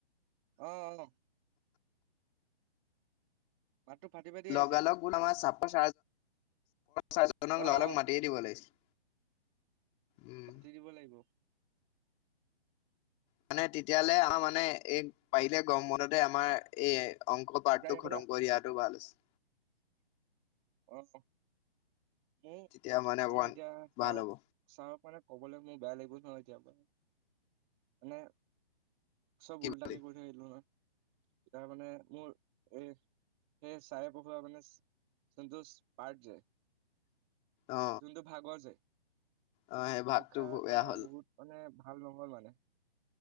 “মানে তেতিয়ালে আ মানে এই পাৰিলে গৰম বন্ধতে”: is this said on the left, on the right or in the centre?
Left